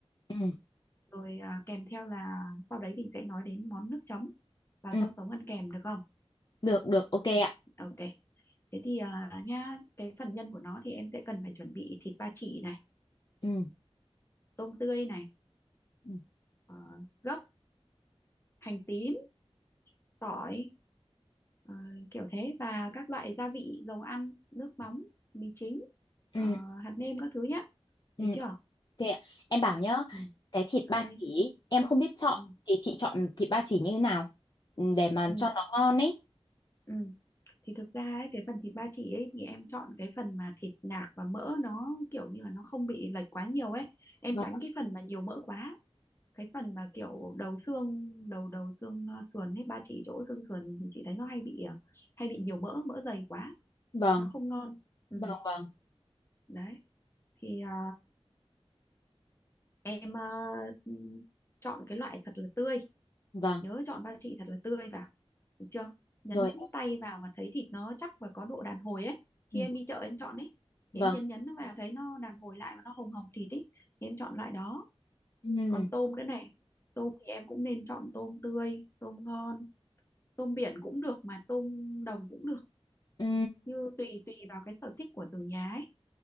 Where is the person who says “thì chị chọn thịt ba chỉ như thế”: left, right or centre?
Left